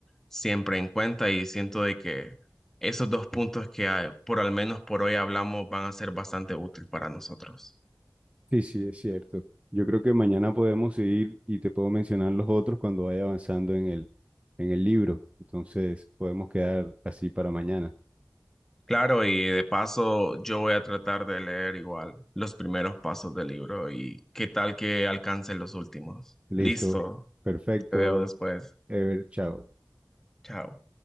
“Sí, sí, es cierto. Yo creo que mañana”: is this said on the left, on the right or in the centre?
Right